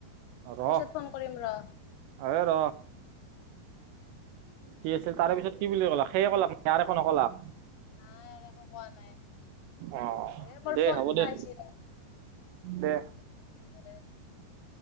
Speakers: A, on the right; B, on the left.
A: ৰ
B: পিছত ফোন কৰিম ৰ।
A: এ ৰ কি আছিল তাৰে পিছত কি বুলি ক'লা সেইয়ে কলাক নয় একো ন কলাক
B: নাই আৰু একো কোৱা নাই
A: আহ
B: এ মোৰ
A: দে
B: ফোন
A: হ'ব
B: এটা
A: দে।
B: আহিছে
A: দে।
B: হ'ব দে।